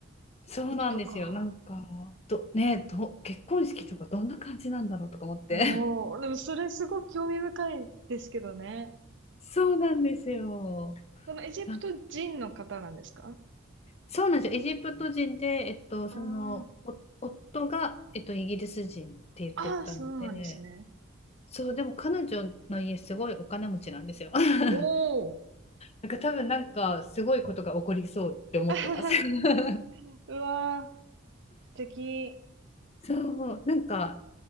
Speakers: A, on the left (about 30°); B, on the right (about 65°).
A: そうなんですよ、
B: エジプトか。
A: なんか、ど、ね、ど、結婚式とかどんな感じなんだろうとか思って、
B: おお、でもそれすごく興味深いですけどね。
A: <laughs> そうなんですよ。
B: そのエジプト人の方なんですか
A: なんそうなんですよ。エジプト人で、えっと、
B: あー
A: その、お夫が、えっと、イギリス人って言ってたので、
B: あー、そうなんですね。
A: そう、でも彼女の家、すごいお金持ちなんですよ。<laughs>
B: おお。
A: なんか多分、なんか、すごいことが起こりそうって思ってます。
B: <laughs> あはは
A: <laughs>
B: うわー、素敵。
A: そう、なんか、